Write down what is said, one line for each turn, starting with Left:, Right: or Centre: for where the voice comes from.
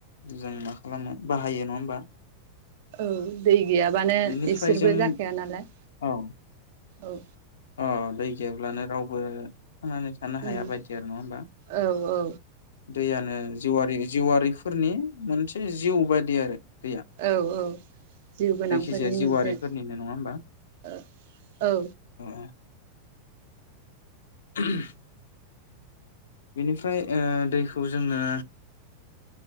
Left: जों मा खालामो बाहायो नङा होमबा?
Right: औ दै गैयाबानो
Left: बिनिफ्राय
Right: इसोरबो
Left: जों
Right: जाखाया नालाय
Left: औ
Right: औ।
Left: अ दै गैयाब्लानो रावबो। थांनानै थानो
Right: उम
Left: हाया बायदि आरो नङा होनबा
Right: औ औ
Left: दैयानो जिउवारि जिउवारिफोरनि मोनसे जिउ बादि आरो दैया
Right: औ औ जिउ गोनांफोरनि
Left: जायखिजाया जिउआरिफोरनिनो
Right: मोनसे
Left: नङा होमबा
Right: ओ औ
Left: <inaudible> <inaudible> बेनिफ्राय ओ दैखौ जोनो